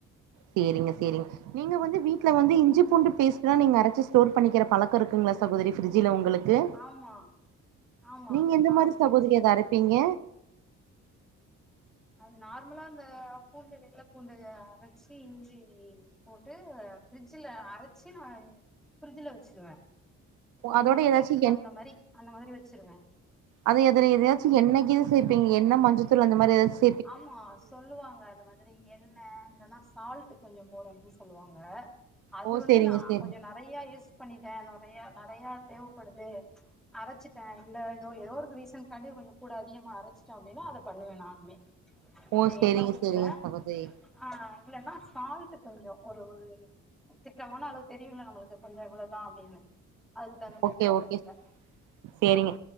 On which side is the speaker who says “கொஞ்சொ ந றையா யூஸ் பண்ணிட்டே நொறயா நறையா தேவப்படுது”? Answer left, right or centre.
Centre